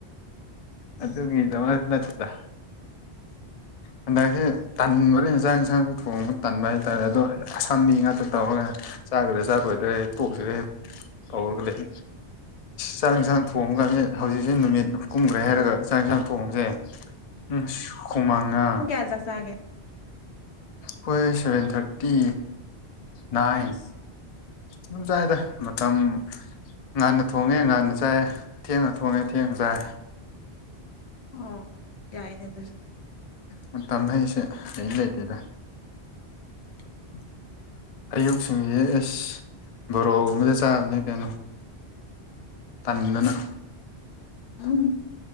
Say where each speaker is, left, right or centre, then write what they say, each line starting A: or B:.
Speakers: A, on the left; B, on the left.
A: ꯑꯗꯨꯒꯤꯗꯃꯛ ꯅꯠꯇꯦꯗ ꯍꯟꯗꯛꯀꯤ ꯇꯟꯕꯅꯤ ꯆꯥꯛ ꯏꯟꯁꯥꯡ ꯌꯦꯟꯁꯥꯡꯁꯨ ꯊꯣꯡꯉꯒ ꯇꯟꯕ ꯍꯥꯏꯇꯥꯔꯦ ꯑꯗꯣ ꯑꯁꯥꯝꯕꯤ ꯉꯥꯛꯇ ꯇꯧꯔꯒ ꯆꯥꯒꯗ꯭ꯔꯥ ꯆꯥꯔꯣꯏꯗ꯭ꯔꯥ ꯄꯣꯛꯁꯤꯔꯦ ꯇꯧꯔꯒ ꯂꯩ ꯆꯥꯛ ꯌꯦꯟꯁꯥꯡ ꯊꯣꯡꯉ ꯀꯥꯟꯗ ꯍꯧꯖꯤꯛꯁꯤ ꯅꯨꯃꯤꯠ ꯀꯨꯝꯒ꯭ꯔꯦ ꯍꯥꯏꯔꯒ ꯆꯥꯛ ꯌꯦꯟꯁꯥꯡ ꯊꯣꯡꯕꯖꯦ ꯎꯝꯁ ꯍꯨꯃꯥꯡꯅ
B: ꯖꯆꯥꯒꯦ
A: ꯍꯣꯏ ꯁꯚꯦꯟ ꯊꯥꯔꯇꯤ ꯅꯥꯏꯟ
B: ꯑꯁ
A: ꯗꯨꯝ ꯆꯥꯏꯗ ꯃꯇꯝ ꯉꯟꯅ ꯊꯣꯡꯉꯦ ꯉꯥꯟꯟꯅ ꯆꯥꯏ ꯊꯦꯡꯅ ꯊꯣꯡꯉꯦ ꯊꯦꯡꯅ ꯆꯥꯏ
B: ꯑꯣ ꯌꯥꯏꯅꯦꯗꯨꯁꯨ
A: ꯃꯇꯝ ꯍꯩꯁꯦ ꯂꯩ ꯂꯩꯇꯦꯗ
B: <inaudible>
A: ꯑꯌꯨꯛ ꯁꯤꯡꯁ‌ꯦ ꯑꯦꯁ ꯕꯣꯔꯣꯒꯨꯝ ꯑꯃꯗ ꯆꯥꯕꯅꯦ ꯀꯩꯅꯣ ꯇꯟꯗꯅ
B: ꯍꯝ